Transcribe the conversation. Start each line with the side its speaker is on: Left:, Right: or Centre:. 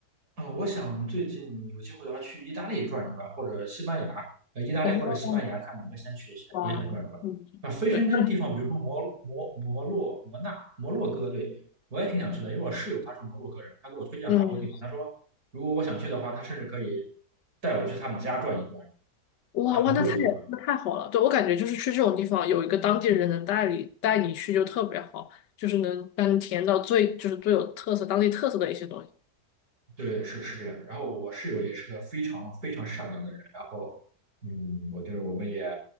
Right: 嗯，我想最近有机会的话去意大利转一转，或者西班牙，呃，意大利或者西班牙，
Left: 哦，
Right: 看哪个先去也想转一转。
Left: 哇，嗯，
Right: 那非申根地方，
Left: <laughs> 对，那
Right: 比如说摩摩摩洛摩纳摩洛哥，对我也挺想去的，因为我室友他是摩洛哥人，他给我推荐好多地方，
Left: 嗯，
Right: 他说如果我想去的话，他甚至可以带我去他们家转一转，
Left: 哇哇，
Right: 他很热情啊。
Left: 那太那太好了。对，我感觉就是去这种地方，有一个当地人能带你带你去就特别好，就是能让你体验到最就是最有特色当地特色的一些东西。
Right: 对，是是这样的。然后我室友也是个非常非常善良的人，然后，嗯，我就是我们也